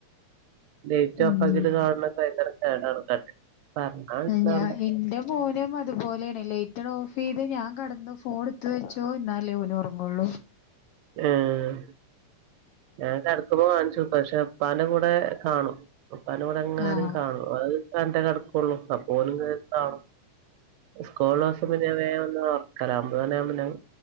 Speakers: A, on the right; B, on the left.
A: ലൈറ്റ്
B: ഉം
A: ഓഫ് ആകിട്ട് കാണ് ണൊക്കെ ഭയങ്കര കേടാണ് തലക്ക്. പർഞ്ഞ മനസിലാവു
B: ഞാ എന്റെ മോനും അതുപോലെയാണ് ലൈറ്റണ്ട് ഓഫെയ്ത് ഞാൻ കടന്ന് ഫോൺ ഇത്ത് വെച്ചോ ഇന്നാലേ ഓനു ഒറങ് കൊള്ളൂ
A: ഏഹ് ഞാൻ കടക്കുമ്പോ കാൺച്ചൊട്ക്കും പക്ഷെ ഉപ്പാന്റെ കൂടെ കാണും. ഉപ്പാന്റെ കൂടെ എങ്ങനാലും
B: ആഹ്
A: കാണും. അത് കണ്ടെ കടക്കൊള്ളു അപ്പോലും കേ കാണും. സ്കൂളോസം പിന്ന ഞാൻ വേ വന്ന് ഒറക്കല അമ്പത് മണിയാവുമ്പം ഞാന്